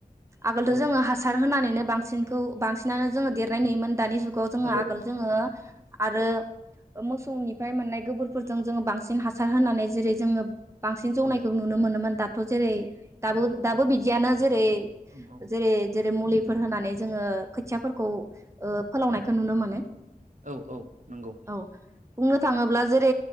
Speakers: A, on the right; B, on the right.
A: आगोल
B: औ
A: जोङो हासार होनानैनो बांसिनखौ बांसिनानो जोङो देरनाय नुोमोन दानि जुग खो जोङो
B: औ
A: आगोल जोङो आरो मोसौनि फ्राय मोननाय गोबोरफोरजों जोङो बांसिन हासार होनानै जेरै जोङो बांसिन जौनायखौ
B: औ
A: नु मोनोमोन दाथ' जेरै दाबो दाबो बिथिंयावनो जे रै
B: औ
A: जेरै जेरै मुलिफोर होनानै जोङो खोथियाफोरखौ फोलावनायखौ नुनो मोनो
B: औ औ नंगौ।
A: औ बुंनो थाङोब्ला जेरै